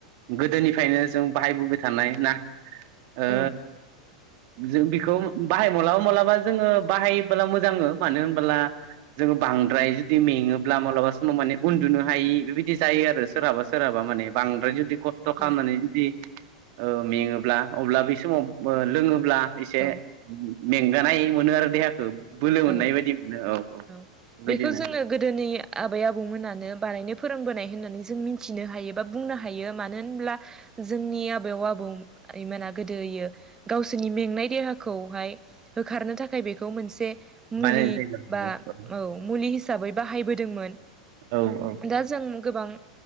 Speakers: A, on the right (about 50°); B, on the right (about 20°).
A: गोदोनिफ्रायनो जों बाहायबोबाय थानाय ना ओ
B: औ
A: जों बिखौ बाहाय माब्लाबा माब्लाबा जोङो बाहायोब्ला मोजाङो मानो होनबोला जोङो बांद्राय जुदि मेङोब्ला मालाबा समाव माने उन्दुनो हायि बेबायदि जायो आरो सोरहाबा सोरहाबा माने बांद्राय जुदि खस्थ' खालामनानै
B: औ
A: जुदि ओ मेङोब्ला अब्ला बै समाव लोङोब्ला एसे
B: औ
A: मेंगानाय मोनो आरो देहाखौ बोलो मोननाय
B: औ
A: बायदि मोनो
B: औ
A: बेबायदिनो
B: बेखौ जोङो गोदोनि आबै आब आबौ मोनानो बारायनो फोरोंबोनाय होननानै जों मिथिनो हायो बा बुंनो हायो मानो होनब्ला जोंनि आबौ आबौमाना गोदोयो गावसोरनि मेंनाय देहाखौहाय होखारनो थाखाय बेखौ मोनसे मुलि
A: बानायनाय जायो
B: बा
A: आरो
B: औ मुलि हाबै हिसाबै बाहायबोदोंमोन
A: औ औ
B: दा जों गोबां